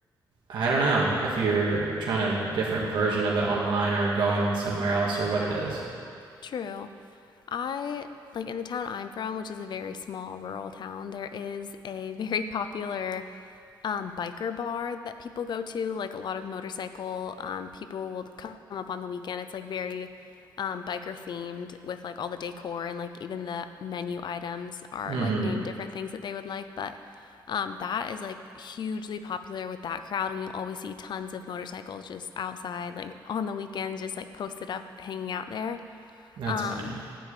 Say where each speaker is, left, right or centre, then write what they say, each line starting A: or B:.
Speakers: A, on the right; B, on the left.
A: I don't know if you're trying a different version of it online or going somewhere else or what it is.
B: true. I like in the town I'm from, which is a very small rural town, there is a <laughs> very popular um, biker bar that people go to. Like a lot of motorcycle um, people will come up on the weekend. It's like very um, biker themed with like all the decor and like even the menu items are
A: Mm-hmm.
B: like named different things that they would like. But um, that is like hugely popular with that crowd, and you'll always see tons of motorcycles just outside, like on the weekends, just like posted up, hanging out there.
A: That's
B: Um,
A: funny.